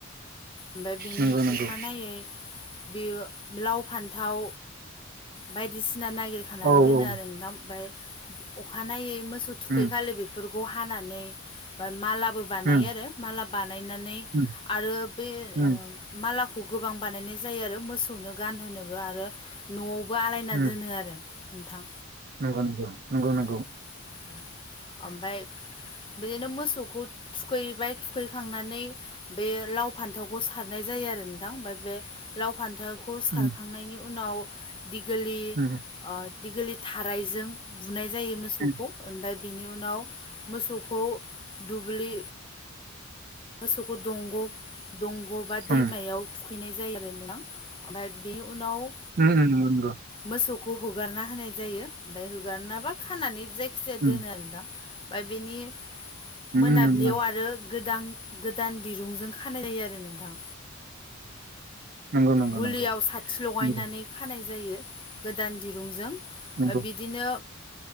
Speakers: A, on the left (about 25°); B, on the right (about 45°).
A: ओमफ्राय बिनि
B: नंगौ नंगौ
A: अखानायै बेयो लाव फान्थाव बायदिसिना नागिरखानानै
B: औ
A: दोनो
B: औ
A: आरो नोंथां। ओमफ्राय अखानायै मोसौ थुखै
B: उम,
A: खालि बेफोरखौ हानानै बा मालाबो बानायो
B: उम,
A: आरो माला बानायनानै
B: उम,
A: आरो बे
B: उम,
A: मालाखौ गोबां बानायनाय जायो आरो मोसौनो गानहोनोबो आरो न'आवबो आलायना
B: उम,
A: दोनो आरो नोंथां
B: नंगौ नंगौ नंगौ नंगौ
A: औ औ ओमफ्राय बिदिनो मोसौखौ थुखैबाय थु थुखैखांनानै बे लाव फान्थावखौ सारनाय जायो आरो नोंथां ओमफ्राय बे लाव फान्थाव खौ सारखांनायनि
B: उम,
A: उनाव दिगोलि
B: उम,
A: दिगोलिथि थारायजों बुनाय जायो मोसौखौ
B: उम,
A: ओमफ्राय बिनि उनाव मोसौखौ दुब्लि मोसौखौ दंग' दंग' बा
B: उम,
A: दैमायाव थुखैनाय जायो आरो नोंथां ओमफ्राय बेनि उनाव
B: उम उम नंगौ नोंथां
A: मोसौखौ हगारना होनाय जायो ओमफ्राय हगारनाबा खानानै जाय
B: उम,
A: दोनो आरो दां ओमफ्राय बेनि
B: उम,
A: मोनाबिलियाव
B: उम,
A: आरो गोदान गोदान दिरुंजों खानाय जायो आरो नोंथां
B: नंगौ नंगौ
A: गुलियाव
B: नंगौ
A: साथि लगायनानै
B: नंगौ
A: खानाय जायो गोदान दिरुंजों
B: नंगौ
A: बिदिनो